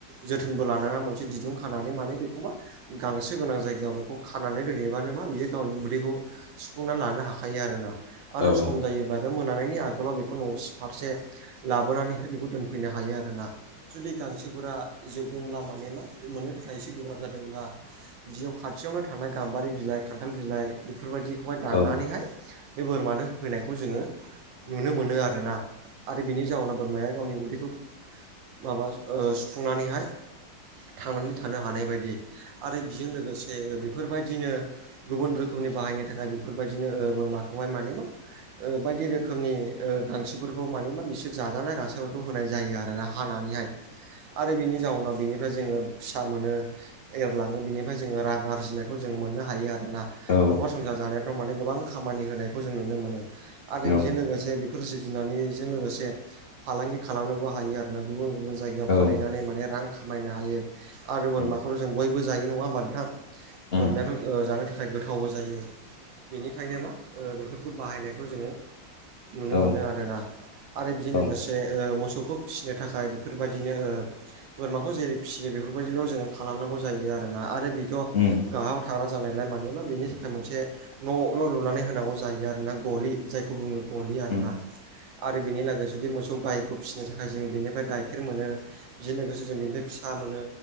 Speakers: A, on the right (about 90°); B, on the left (about 45°).
A: जोथोनबो लानाङा मोनसे दिदुं खानानै माने बेखौ मा गांसो गोनां जायगायाव बेखौ खानानै दोनहैबानो मा बियो गावनि उदैखौ सुफुंना लानो हाखायो आरोना आरो
B: औ
A: सम
B: औ
A: जायोबा बे मोनानायनि आगोलाव बेखौ न' फारसे लाबोनानै बेखौ दोनफैनो हायो आरोना। जुदि गांसोफोरा जोबदोंब्ला माने मा मोननो थाखाय एसे गोब्राब जादोंब्ला जियाव खाथियावनो थानाया गाम्बारि बिलाइ खान्थाल बिलाइ। बेफोरबायदिखौहाय
B: औ
A: दानानैहाय बे बोरमानो होफैनायखौ जोंङो नुनो मोनो आरोना आरो बिनि जाउनाव बोरमाया गावनि उदैखौ माबा ओ सुफुंनानैहाय थांनानै थानो हानाय बायदि आरो बेजों लोगोसे ओ बेफोरबायदिनो गुबुन रोखोमनि बाहायनो थाखाय बेफोरबायदिनो ओ बोरमाखौहाय माने मा बायदि रोखोमनि गांसोफोरखौ माने बिसोर जाजानाय गांसोफोरखौ होनाय जायो आरोना। हानानैहाय आरो बिनि जाउनाव बेनिफ्राय जोङो फिसा मोनो एरलाङो बेनिफ्राय जोङो रां आरजिनायखौ जों मोननो हायो आरोना
B: औ
A: न'खर संसार जानाय फोर माने गोबां खामानि होनायखौ जों नुनो मोनो। आरो
B: औ
A: बेजों लोगोसे बे फोर जिब जुनारनिजों लोगोसे फालांगि खालामनोबो हायो आरोना गुबुन-गुबुन जायगायाव
B: औ
A: फानहैनानै माने रां खामायनो हायो आरो बोरमाखौथ'
B: उम
A: जों बयबो जायो नङा होमबा नोंथां
B: उम
A: बोरमायाथ' जानो थाखाय फ्राय गोथावबो जायो बेनिखायनो मा बेफोरखौ बाहायनायखौ जोङो नुनो
B: औ
A: मोनो आरोना। आरो बेजों
B: औ
A: लोगोसे मोसौखौ फिसिनो थाखाय बेफोरबायदि बिदिनो बोरमाखौ जेरै फियो बेफोरबायदिल' जोङो खालामनांगौ जायो आरोना आरो बेखौ'
B: उम
A: गाहायाव थाग्रा जानायलाय मानोमा बेनि थाखाय मोनसे न' ल' लुनानै होनांगौ जायो आरो ना गलि जायखौ बुङो गलि आरोना
B: उम
A: आरो बेनिलागै जुदि मोसौ गायखौ फिसिनो थाखाय जोङो बेनिफ्राय गाय गाइखेर मोनो बिदिजों लोगोसे जों बेनिफ्राय फिसा मोनो